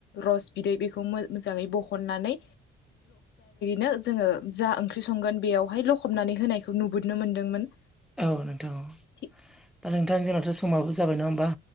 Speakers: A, on the left; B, in the centre.
A: रस बिदै बेखौ मो मोजाङै बहननानै नो जोङो जा ओंख्रि संगोन बेयावहाय लखबनानै होनायखौ नुबोनो मोनदोंमोन
B: औ नोंथां औ
A: थि
B: दा नोंथां जोंहाथ' समाबो जाबाय नङा होमबा